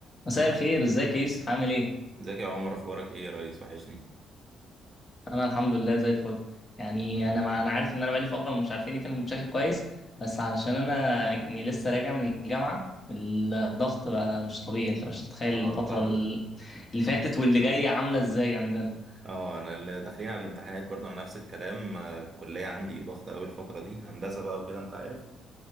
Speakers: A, on the left; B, on the right.
A: مساء الخير ازيك يا يوسف عامل ايه
B: ازيك يا عمر اخبارك ايه يا ريس وحشني
A: انا الحمد لله زي الفل يعني
B: الحمد
A: انا
B: لله
A: مع... انا عارف ان انا بقالي فتره مش عارفين نتكلم بشكل كويس بس علشان انا يعني لسه راجع من الجامعه والضغط بقى مش طبيعي انت مش متخيل
B: اه
A: الفتره
B: فاهمك
A: ال- اللي فاتت واللي جايه عامله ازاي عندنا
B: اه انا اللي داخلين على الامتحانات برضو على نفس الكلام آه، الكليه عندي ضغطه قوي الفتره دي هندسه بقى وكده انت عارف